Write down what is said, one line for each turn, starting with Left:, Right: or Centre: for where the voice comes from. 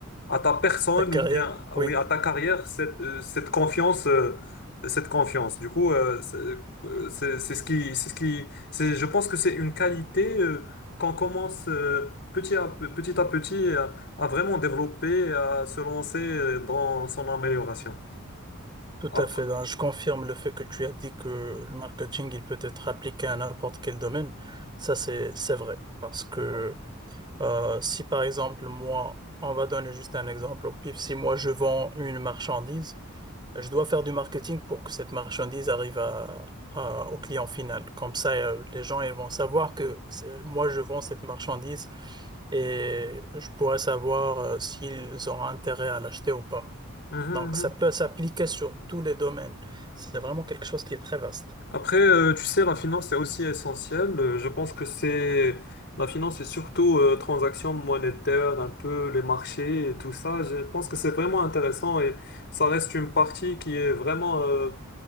Left: à ta personne
Right: Ta carrière,
Left: ou bien,
Right: oui,
Left: oui, à ta carrière, cette, euh, cette confiance, euh, cette confiance. Du coup, euh, c'est- euh, C'est c'est ce qui, c'est ce qui, c'est, je pense que c'est une qualité euh, qu'on commence euh, petit à petit à petit euh, à, vraiment développer, à se lancer euh, dans son amélioration.
Right: tout
Left: Après,
Right: à fait. hein. Je confirme le fait que tu as dit que le marketing, il peut être appliqué à n'importe quel domaine. Ça, c'est, c'est vrai. Parce Ouais. que Euh, si par exemple, moi, on va donner juste un exemple au pif, si moi je vends une marchandise, je dois faire du marketing pour que cette marchandise arrive à, à- au client final. Comme ça, euh, les gens ils vont savoir que c'est- moi je vends cette marchandise et je pourrais savoir euh, s'ils ont intérêt à l'acheter ou pas.
Left: Mhm,
Right: Donc ça
Left: mhm.
Right: peut s'appliquer sur tous les domaines. C'est vraiment quelque chose qui est très vaste.
Left: Après euh, tu sais, la finance est aussi essentielle. Euh, Je pense que c'est la finance, c'est surtout euh, transactions monétaires, un peu les marchés et tout ça. Je pense que c'est vraiment intéressant et ça reste une partie qui est vraiment euh,